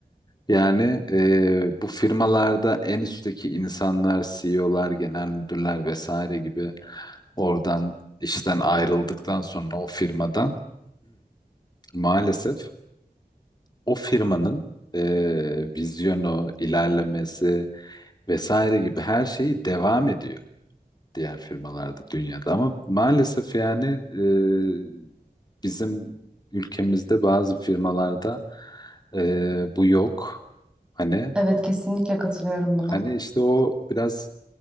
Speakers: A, on the left (about 25°); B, in the centre.
A: Yani e, bu firmalarda en üstteki insanlar, CEO'lar, genel müdürler vesaire gibi oradan işten ayrıldıktan sonra o firmadan <clears throat> maalesef o firmanın e, vizyonu, ilerlemesi vesaire gibi her şeyi devam ediyor diğer firmalarda dünyada. Ama maalesef yani e, bizim ülkemizde bazı firmalarda e, bu yok. Hani
B: Evet kesinlikle katılıyorum buna.
A: Hani işte o biraz